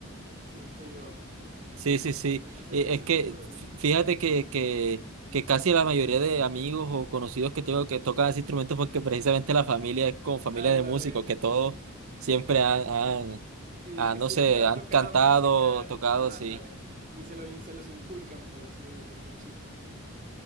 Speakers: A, on the right (about 35°); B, on the right (about 75°).
A: Siento yo.
B: Sí, sí, sí.
A: Al menos e-
B: Eh,
A: ese
B: Es que
A: tipo de gusto.
B: fí- fíjate que, que, que casi la mayoría de amigos o conocidos que tengo que tocan ese instrumento porque precisamente la familia es como familia
A: Ándale.
B: de músicos, que todos siempre han, han,
A: Sí,
B: han,
A: de que
B: no
A: siempre
B: sé,
A: han
B: han
A: tocado
B: cantado,
A: música.
B: tocado,
A: ah,
B: sí,
A: ándale. Y se lo, y se los inculcan, pues, así desde que están chicos.